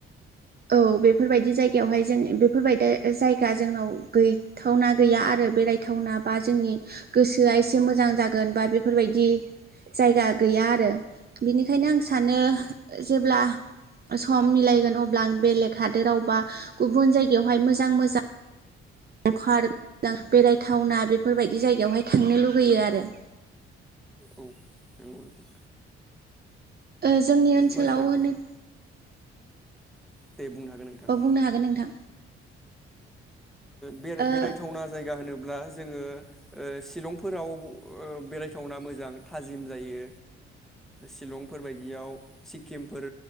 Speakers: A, on the right; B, in the centre.
A: औ बेफोरबायदि जायगायावहाय जों बेफोरबायदा जायगा जोंनाव गैथावना गैया आरो बेरायथावना बा जोंनि गोसोआ एसे मोजां जागोन बा बेफोरबायदि जायगा गैया आरो। बेनिखायनो आं सानो जेब्ला सम मिलायगोन अब्ला आं हादोरावबा गुबुन जायगायावहाय मोजां मोजां ओं पार्क <unintelligible> बेरायथावना बेफोरबायदि जायगायावहाय थांनो लुुबैयो आरो।
B: औ नंगौ नोंथां।
A: ओ जोंनि ओनसोलाव
B: मोजां
A: होनो
B: दे बुंनो हागोन नोंथां
A: बा
B: ओ
A: बुंनो हागोन नोंथां
B: बे-बेरायथावना
A: ओ
B: जायगा होनो अब्ला जोङो ओ शिलंफोराव बेरायथावना मोजां थाजिम जायो शिलंफोरबायदियाव सिक्किमफोर